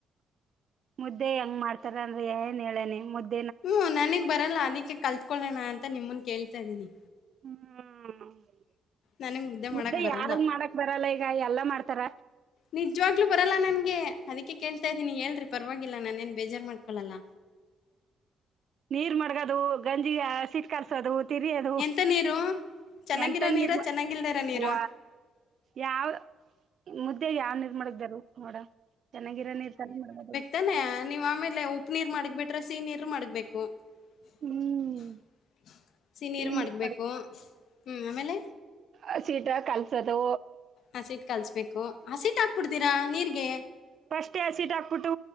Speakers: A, on the right; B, on the left.
A: ಮುದ್ದೆ ಹೆಂಗ ಮಾಡ್ತಾರ ಅಂದ್ರೆ ಏನ್ ಹೇಳನೆ ಮುದ್ದೆ
B: ಹ್ಮ ನನಗ್ ಬರಲ್ಲ ಅದಕ್ಕೆ ಕಲ್ತ್ಕೊಳ್ಳೋಣ ಅಂತ ನಿಮನ್ ಕೇಳ್ತಾ ಇದೀನಿ
A: ಹ್ಮ <unintelligible>
B: ನನಗ್
A: ಮುದ್ದೆ
B: ಮಾಡಕ್ ಬರಲ್ಲ
A: ಯಾರಾಗ ಮಾಡಕ್ ಬರಲ್ಲ ಈಗ ಎಲ್ಲಾ ಮಾಡ್ತಾರ
B: ನಿಜವಾಗ್ಲೂ ಬರಲ್ಲ ನನ್ಗೆ ಅದಕ್ಕೆ ಕೇಳ್ತಾ ಇದ್ದೀನಿ ಹೇಳ್ರಿ ಪರವಾಗಿಲ್ಲ ನಾನೆನು ಬೇಜಾರ್ ಮಾಡ್ಕೊಳ್ಳಲ್ಲ
A: ನೀರ್ ಮಡಗೋದು ಗಂಜಿ ಅಸೀಟ್ ಕಲ್ಸದು ತಿರಿಯದು
B: ಎಂತ
A: <unintelligible>
B: ನೀರು? ಚೆನ್ನಾಗಿರೋ
A: ಎಂತ ನೀ
B: ನೀರಾ? ಚೆನ್ನಾಗಿಲ್ದೇ ಇರೋ ನೀರಾ?
A: <inaudible> ಯಾವ ಮುದ್ದೆಗೆ ಯಾವ್ ನೀರ್ ಮಡಗದರು ನೋಡ ಚೆನ್ನಾಗಿರೋ ನೀರ್ ತನೆ ಮಡಗದು
B: ತಾನೆ ನೀವ್ ಆಮೇಲೆ ಉಪ್ಪ ನೀರ್ ಮಾಡ್ಗಬಿಟ್ರೆ ಸಿಹಿ ನೀರು ಮಾಡ್ಬೇಕು <unintelligible>
A: ಹ್ಮ್
B: ಸಿನೀರು
A: ಸಿಹಿ
B: ಮಾಡ್ಗ್ಬೇಕು
A: ನೀರ್
B: ಹ್ಮ್ ಆಮೇಲೆ
A: ಅಶೀಟ ಕಲ್ಸೋದು
B: ಹಸಿಟ್ ಕಲಿಸಬೇಕು ಹಸಿಟ್ ಹಾಕ್ಬಿಡ್ತೀರಾ ನೀರಿಗೆ
A: ಫಸ್ಟ್ ಆಸಿಡ್ ಹಾಕ್ಬಿಟ್ಟು